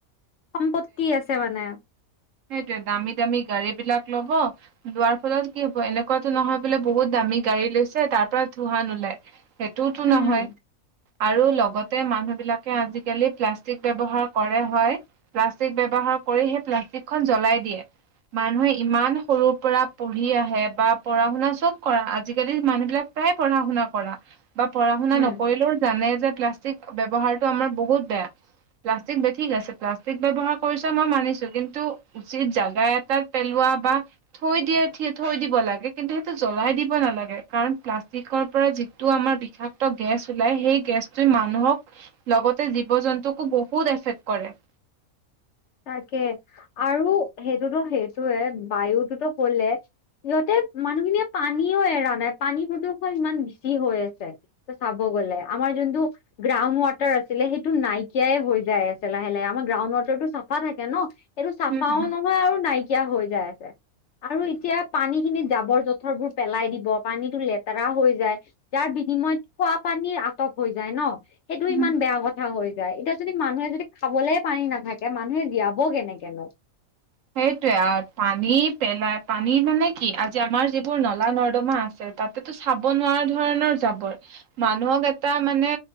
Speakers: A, on the left (about 65°); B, on the right (about 65°).
A: সম্পত্তি আছে মানে।
B: সেইটোয়ে দামী দামী গাড়ী বিলাক লব। যোৱাৰ ফলত কি হ'ব এনেকুৱাতো নহয় বোলে বহুত দামী গাড়ী লৈছে তাৰ পৰা ধোঁৱা নোলাই। সেইটো তো
A: হম
B: নহয়।
A: হম
B: আৰু লগতে মানুহ বিলাকে আজিকালি প্লাষ্টিক ব্যৱহাৰ কৰে হয়। প্লাষ্টিক ব্যৱহাৰ কৰি সেই প্লাষ্টিকখন জ্বলাই দিয়ে। মানুহে ইমান সৰুৰ পৰা পঢ়ি আহে বা পঢ়া শুনা চব কৰা। আজিকালি মানুহ বিলাক প্ৰায় পঢ়া শুনা কৰা। বা পঢ়া শুনা
A: উম
B: নকৰিলেও জানে যে প্লাষ্টিক চিট ব্যৱহাৰটো আমাৰ বহুত বেয়া প্লাষ্টিক বেকি গেছে প্লাষ্টিক ব্যৱহাৰ কৰিছা মই মানিছোঁ কিন্তু উচিত জাগা এটাত পেলোৱা বা থৈ দিয়ে থি থৈ দিব লাগে। কিন্তু সেইটো জ্বলাই দিব নালাগে কাৰণ প্লাষ্টিকৰ পৰা যি টো আমাৰ বিষাক্ত গেছ ওলাই সেই গেছটোই মানুহক লগতে জীৱ জন্তুকো বহুত এফেক্ট কৰে।
A: তাকে আৰু সেইটোতো সেইটোৱে বায়ুটোতো হলে সিহতে মানুহখিনিয়ে পানীও এৰা নাই পানী প্ৰদূষণ ইমান বেছি হৈ আছে। চাব গ'লে আমাৰ যোনটো গ্ৰাউণ্ড ৱাটাৰ আছিলে সেইটো নাইকিয়াই হৈ যায়। আছে লাহে লাহে আমাৰ গ্ৰাউড ৱাটাৰটো চাফা থাকে নো এইটো চাফাও
B: উম
A: নহয় আৰু নাইকিয়া হৈ যাই আছে। আৰু এতিয়া পানী খিনিত জাবৰ জোথৰবোৰ পেলাই দিব। পানীটো লেতেৰা হৈ যায়। যাৰ বিনিময়ত খোৱা পানী আটক হৈ যায় ন। সেইটো ইমান
B: উম
A: বেয়া কথা হৈ যায়। এতিয়া যদি মানুহে যদি খাবলৈ পানী নাথাকে মানুহ দিয়াবো কেনেকেনো
B: সেইটোৱে পানী পেলাই পানী মানে কি আজি আমাৰ যিবোৰ নলা নৰ্দমা আছে তাত সেইটো চাব নোৱাৰা ধৰণৰ জাবৰ মানুহক এটা মানে